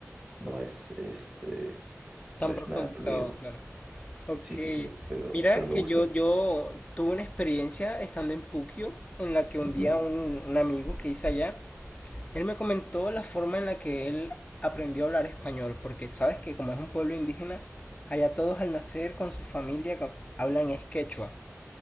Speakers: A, on the right (about 20°); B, on the left (about 25°).
A: no es, este,
B: Tan
A: no es
B: profundizado,
A: nada fluido.
B: claro. Ok.
A: Sí, sí, sí, pero,
B: Mira
A: pero me
B: que
A: gusta.
B: yo, yo tuve una experiencia estando en Puquio, en la que un
A: Ujú,
B: día un, un amigo que hice allá, él me comentó la forma en la que él aprendió a hablar español, porque sabes que como es un pueblo indígena, allá todos al nacer con su familia co- hablan es quechua,